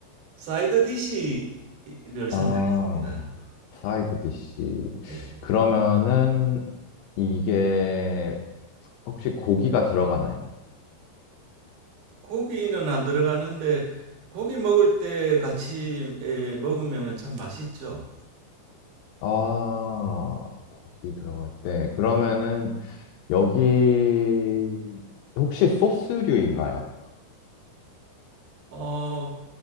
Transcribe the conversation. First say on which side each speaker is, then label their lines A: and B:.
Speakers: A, on the right; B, on the left.
A: 사이드 디시를
B: 아,
A: 생각했습니다.
B: 사이드 디시.
A: 예.
B: 그러면은, 이게, 혹시 고기가 들어가나요?
A: 고기는 안 들어가는데 고기 먹을 때 같이 예, 먹으면 참 맛있죠.
B: 아, 고기 들어갈 때. 그러면은, 여기, 혹시 소스류인가요?
A: 어,